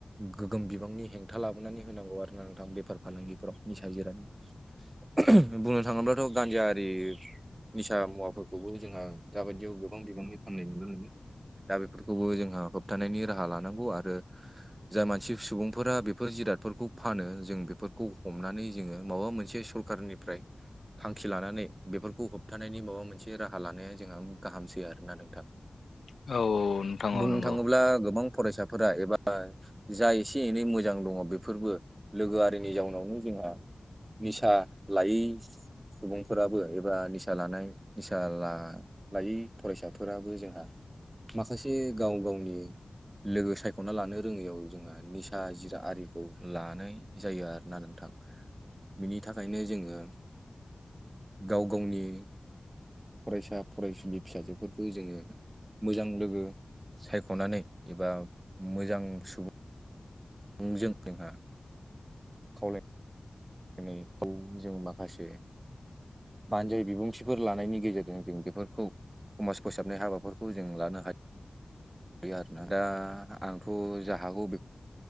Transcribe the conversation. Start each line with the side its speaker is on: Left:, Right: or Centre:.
Right: गोगोम बिबांनि हेंथा लाबोनानै होनांगौ आरो ना नोंथां बेफार फालांगिफोराव निसा जिराद बुंनो थाङोब्लाथ' गान्जायि निसा मुवाफोरखौबो जोंहा दाबायदियाव गोबां बिबांनि फाननाय नुनो मोनो। दा बेफोरखौबो जोंहा होबथानायनि राहा लानांगौ आरो
Left: <inaudible>
Right: जाय मानसि सुबुंफोरा बेफोर जिरादफोरखौ फानो जों बेफोरखौ हमनानै जोङो माबा मोनसे सरखारारनि ओमफ्राय थांखि लानानै बेफोरखौ होबथानायनि माबा मोनसे राहा लानाया जोंहा गाहामसै आरोना नोंथां।
Left: नोंथां औ
Right: बुंनो
Left: नंगौ
Right: थाङोब्ला गोबां फरायसाफोरा एबा जा एसे एनै मोजां दङ बेफोरबो लोगोआरिनि जाउनावनो जोंहा निसा लायै सुबुंफोराबो एबा निसा निसा लानाय निसा लायै फरायसाफोराबो जोंहा माखासे गाव गावनि लोगो सायख'ना लानो रोङैयाव जोंहा निसा जिरा आरिखौ लानाय जायो आरोोना नोंथां। बिनि थाखायनो जोङो गाव गावनि फरायसा फरायसुलि फिसाजोफोरखौ जोङो मोजां लोगो सायख'नानै एबा मोजां सुबुं मजों जोंहा खावलाय <unintelligible> दिनैखौ जों माखासे <unintelligible> <unintelligible> बानजाय बिबुंथिफोर लानायनि गेजेरजों जों बेफोरखौ समाज फोसाबनाय हाबाफोरखौ जों लानो हायो। आरोोना दा आंथ' जा हागौ बे